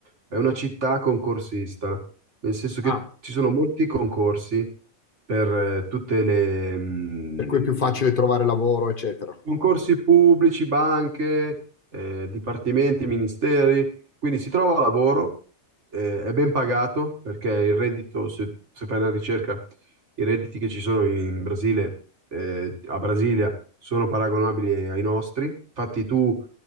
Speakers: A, on the right (about 75°); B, on the left (about 50°).
A: è una città concorsista, nel senso che
B: Ah,
A: ci sono molti concorsi per eh, tutte le, mh,
B: per cui è più facile trovare lavoro, eccetera.
A: Concorsi pubblici, banche, eh, dipartimenti, ministeri, quindi si trova lavoro, eh, è ben pagato perché il reddito, se, se fai una ricerca, i redditi che ci sono in Brasile, eh, a Brasilia, sono paragonabili ai nostri. Infatti tu,